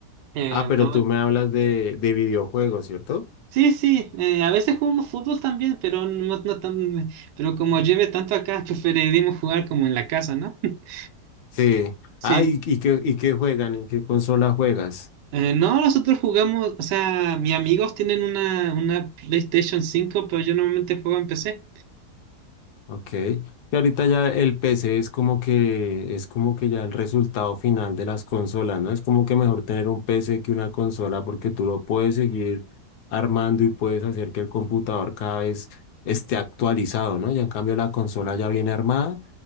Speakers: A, on the right; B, on the left.
A: eh,
B: Ah, pero
A: no-
B: tú me hablas de, de videojuegos, ¿cierto?
A: sí, sí, eh, a veces jugamos fútbol también, pero no, no tan, pero como lleve tanto acá, <laughs> preferiremos jugar como en la casa, ¿no? <laughs>
B: Sí.
A: Sí.
B: Ah, ¿y, y qué, y qué juegan? ¿En qué consola juegas?
A: Eh, no, nosotros jugamos, o sea, mis amigos tienen una, una PlayStation cinco pero yo normalmente juego en PC.
B: Ok. Que ahorita ya el PC es como que es como que ya el resultado final de las consolas, ¿no? Es como que mejor tener un PC que una consola porque tú lo puedes seguir armando y puedes hacer que el computador cada vez esté actualizado, ¿no? Ya en cambio la consola ya viene armada